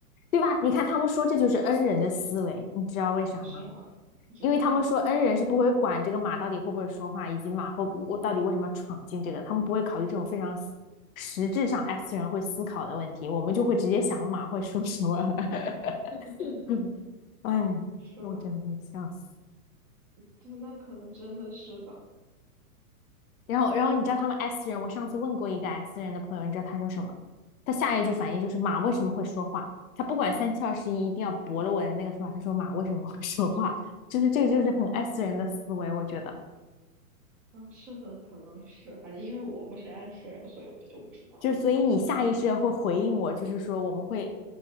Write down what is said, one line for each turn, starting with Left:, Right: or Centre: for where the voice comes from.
Left: 对吧？你看他们说这就是 N 人的思维，你知道为啥吗？
Centre: 哦，是吗？不知道，
Left: 因为他们说 n 人是不会管这个马到底会不会说话，以及马会我到底为什么要闯进这个，他们不会考虑这种非常实实质上 S 人会思考的问题，我们就会直接想马会说什么。
Centre: <laughs>
Left: <laughs> 哎，
Centre: 是吗？
Left: 我真的会笑死。
Centre: 对，那可能真的是吧。
Left: 然后，然后你知道他们 S 人，我上次问过一个 S 人的朋友，你知道他说什么？他下一句反应就是马为什么会说话？他不管三七二十一，一定要驳了我的那个说法。他说马为什么会说话？<laughs> 就是这个，就是很 S 人的思维，我觉得。
Centre: 嗯，是的，可能是，反正因为我不是 S 人，所以我就不知道。
Left: 就是所以你下意识会回应我，就是说我们会